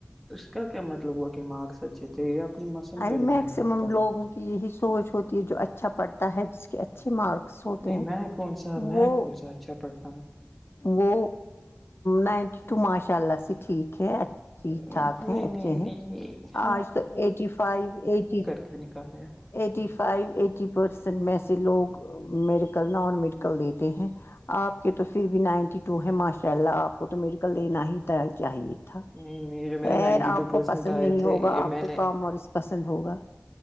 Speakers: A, in the centre; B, on the left.
A: اس کا کیا مطلب ہوا کہ مارکس اچھے تھے یہ اپنی مسن
B: ارے
A: پہ
B: میکسمم
A: ڈیپینڈ کرتا
B: لوگوں
A: ہے
B: کی یہی سوچ ہوتی ہے جو اچھا پڑھتا ہے جس کے اچھے مارکس ہوتے
A: نہیں
B: ہیں
A: میں کون سا میں
B: وہ
A: کون سا اچھا پڑھتا ہوں
B: وہ نائنٹی ٹو ماشاء اللہ سے ٹھیک ہے ٹھیک
A: نہیں
B: ٹھاک ہیں
A: نہیں
B: اچھے
A: نہیں
B: ہیں آج تو ایٹی فائیو ایٹی
A: نکالیا
B: ایٹی فائیو ایٹی پرسینٹ میں سے لوگ میڈیکل نان میڈیکل لیتے ہیں آپ کے تو پھر بھی نائنٹی ٹو ہے ماشاء اللہ آپ کو تو میڈیکل لینا ہی چاہیے
A: نہیں نہیں جو میرے
B: خیر
A: نائنٹی
B: آپ
A: ٹو
B: کو
A: پرسینٹ
B: پسند
A: آئے
B: نہیں
A: تھے
B: ہوگا
A: یہ
B: آپ
A: میں
B: کو
A: نے
B: کامرس پسند ہوگا